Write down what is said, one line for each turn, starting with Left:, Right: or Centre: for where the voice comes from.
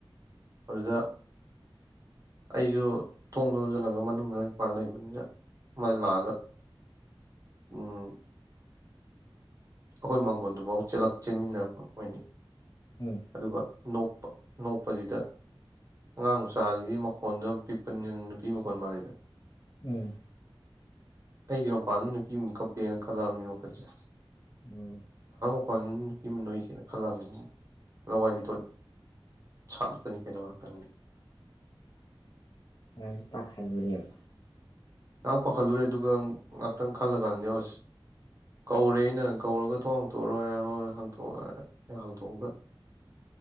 Right: ꯐꯖ ꯑꯩꯁꯨ ꯊꯣꯡꯗ ꯂꯣꯟꯝꯁꯤꯜꯂꯒ ꯃꯅꯨꯡꯗꯄꯥꯛ ꯂꯩꯕꯅꯤꯅ ꯃꯗꯨ ꯂꯥꯛꯑꯒ ꯎꯝ ꯑꯩꯈꯣꯏ ꯃꯥꯡꯒꯣꯟꯗꯨꯐꯥꯎ ꯆꯦꯟꯃꯤꯟꯅꯔꯛꯄ ꯑꯣꯏꯅꯤ
Left: ꯎꯝ
Right: ꯑꯗꯨꯒ ꯅꯣꯛꯄ ꯅꯣꯛꯄꯁꯤꯗ ꯑꯉꯥꯡ ꯃꯆꯥꯁꯤꯗꯤ ꯃꯈꯣꯟꯗꯣ ꯌꯥꯝ ꯄꯤꯛꯄꯅꯤꯅ ꯅꯨꯄꯤ ꯃꯈꯣꯟ ꯃꯥꯜꯂꯤꯗ
Left: ꯎꯝ
Right: ꯑꯩꯗꯤ ꯃꯄꯥꯟꯗ ꯅꯨꯄꯤꯃꯨꯛ ꯀꯞꯄꯦꯅ ꯈꯜꯂꯛꯑꯕꯅꯤꯅ ꯋꯥꯈꯜꯁꯦ
Left: ꯑ
Right: ꯑꯩ ꯅꯨꯄꯤ ꯑꯃ ꯅꯣꯏꯁꯦꯅ ꯈꯜꯂꯛꯑꯅꯤ ꯂꯋꯥꯏ ꯂꯤꯇꯣꯠ ꯁꯥꯠꯂꯄꯅꯤ ꯀꯩꯅꯣ ꯉꯍꯥꯛꯇꯪꯗꯤ
Left: ꯑꯣ ꯄꯥꯈꯥꯏ ꯂꯨꯨꯔꯦꯕ
Right: ꯉꯥꯏꯍꯥꯛ ꯄꯥꯈꯠꯂꯨꯔꯦ ꯑꯗꯨꯒ ꯉꯥꯏꯍꯥꯛꯇꯪ ꯈꯜꯂ ꯀꯥꯟꯗꯅꯦ ꯑꯁ ꯀꯧꯔꯦ ꯑꯩꯅ ꯀꯧꯔꯒ ꯊꯣ ꯍꯥꯡꯇꯣꯛꯔꯣꯏ ꯍꯣꯏ ꯍꯥꯡꯇꯣꯛ ꯍꯥꯡꯇꯣꯛꯑꯒ